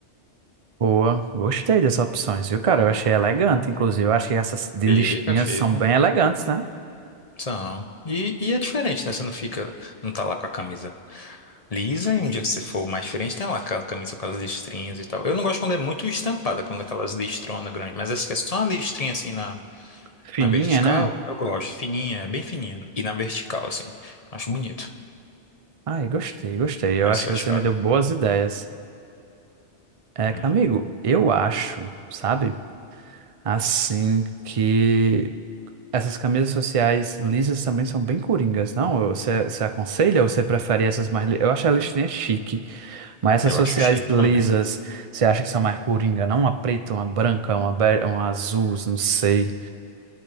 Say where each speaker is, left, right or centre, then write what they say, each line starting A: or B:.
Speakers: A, on the right; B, on the left.
A: boa. Gostei das opções, viu, cara? Eu achei elegante, inclusive. Eu achei essas de
B: Fica,
A: listinhas
B: fica.
A: são bem elegantes, né?
B: São. E, e é diferente, né? Você não fica, não tá lá com a camisa Lisa, e um dia que você for mais diferente, tem lá aquela camisa com as listrinhas e tal. Eu não gosto quando é muito estampada, quando é aquelas listronas grandes, mas essa que é só uma listrinha assim na,
A: Fininha,
B: na vertical,
A: né?
B: eu gosto. Fininha, é bem fininha. E na vertical, assim. Acho bonito.
A: Ai, gostei, gostei. Eu
B: Essa
A: acho que
B: vascada.
A: você me deu boas ideias. É,
B: Hum.
A: amigo, eu acho, sabe? Assim que essas camisas sociais lisas também são bem coringas, não? Você, você aconselha ou você prefere essas mais... li- Eu acho a listinha chique, mas essas
B: Eu
A: sociais
B: acho chique
A: lisas,
B: também.
A: você acha que são mais coringa, não? Uma preta, uma branca, uma, be- uma azul, não sei.